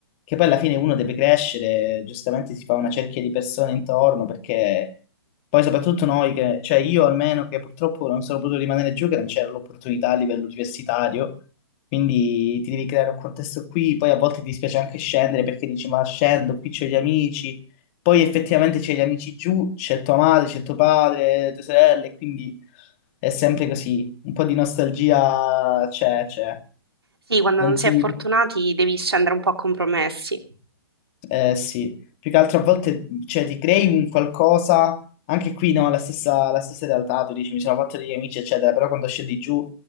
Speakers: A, on the left; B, on the right.
A: Che poi alla fine uno deve crescere, giustamente si fa una cerchia di persone intorno, perché poi soprattutto noi che, cioè io almeno che purtroppo non sono potuto rimanere giù, che non c'era l'opportunità a livello universitario, quindi ti devi creare un contesto qui, poi a volte ti dispiace anche scendere perché dici ma scendo, qui c'ho gli amici, poi effettivamente c'è gli amici giù, c'è tua madre, c'è tuo padre, tue sorelle, quindi... È sempre così, un po' di nostalgia c'è, c'è.
B: Sì, quando
A: Non
B: non si
A: ti...
B: è fortunati devi scendere un po' a compromessi.
A: Eh sì, più che altro a volte cioè, ti crei un qualcosa, anche qui no, la stessa, la stessa realtà, tu dici mi sono fatto degli amici eccetera, però quando scendi giù